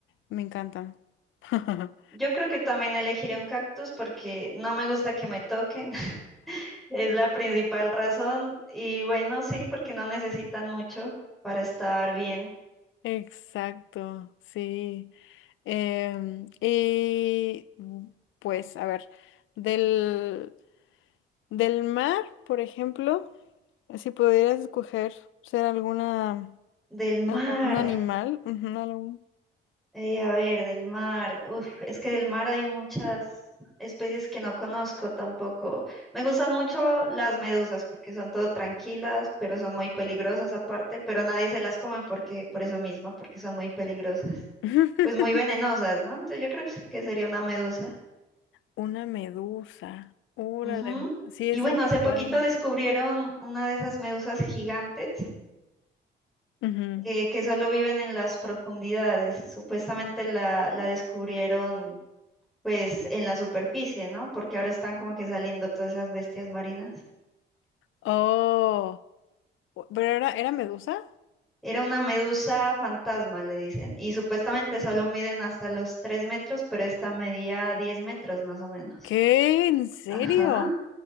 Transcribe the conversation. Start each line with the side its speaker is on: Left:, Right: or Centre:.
Left: me encantan. <laughs>
Centre: Yo creo que también elegiré un cactus porque no me gusta que me toquen. <laughs> Es la principal razón. Y bueno, sí, porque no necesitan mucho para estar bien.
Left: Exacto, sí. Em, y mm, pues, a ver, del, del mar, por ejemplo, si pudieras escoger ser alguna,
Centre: Del mar,
Left: algún animal, ujú, algún-
Centre: eh, a ver, del mar. Uf, es que del mar hay muchas especies que no conozco tampoco. Me gustan mucho las medusas porque son todo tranquilas, pero son muy peligrosas aparte, pero nadie se las come porque, por eso mismo, porque son muy peligrosas.
Left: <laughs>
Centre: Pues muy venenosas, ¿no? Entonces yo creo que sería una medusa.
Left: Una medusa. Órale,
Centre: Ujú.
Left: sí,
Centre: Y
Left: está
Centre: bueno,
Left: muy
Centre: hace
Left: padre.
Centre: poquito descubrieron una de esas medusas gigantes
Left: Ujú.
Centre: eh, que solo viven en las profundidades. Supuestamente la, la descubrieron pues en la superficie, ¿no? Porque ahora están como que saliendo todas esas bestias marinas.
Left: Oh. ¿Pero era, era medusa?
Centre: Era una medusa fantasma, le dicen. Y supuestamente
Left: Uh.
Centre: solo miden hasta los 3 metros, pero esta medía 10 metros más o menos.
Left: ¿Qué? ¿En serio?
Centre: Ajá.